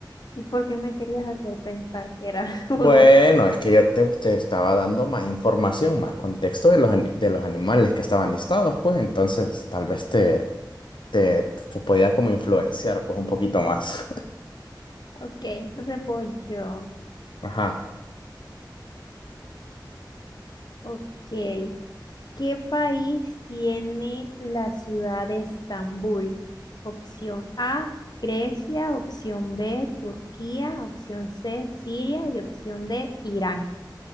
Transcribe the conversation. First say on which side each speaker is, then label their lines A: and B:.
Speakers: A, on the left (about 60°); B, on the left (about 85°).
A: ¿Y por qué me querías hacer pensar que era <laughs>
B: Bueno,
A: otra? cosa?
B: es que yo te, te estaba dando más información, más contexto de los, ani- de los animales que estaban listados, pues entonces tal vez te, te, te podía como influenciar pues un poquito más.
A: Ok, entonces voy yo.
B: <laughs> Ajá.
A: Ok. ¿Qué país tiene la ciudad de Estambul? Opción A, Grecia, opción B, Turquía, opción C, Siria y opción D, Irán.